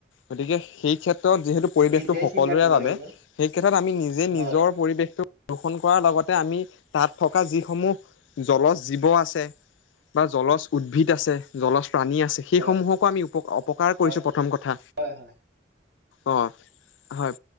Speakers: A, on the left; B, on the right.
A: গতিকে সেই ক্ষেত্ৰত যিহেতু পৰিবেশটো
B: আমি নিজেই
A: সকলোৰে
B: চিন্তা কৰিব
A: বাবে
B: লাগিব
A: সেই ক্ষেত্ৰত আমি নিজে
B: হয়
A: নিজৰ পৰিবেশটো প্ৰদূষণ কৰাৰ লগতে আমি তাত থকা যিসমূহ জল জীৱ আছে। বা জলচ উদ্ভিদ আছে। জলচ প্ৰাণী আছে। সেইসমূহকো
B: হয়
A: আমি উপ অপকাৰ
B: হয়
A: কৰিছো।
B: হয়
A: প্ৰথম কথা।
B: হয় হয়
A: অ, হয়।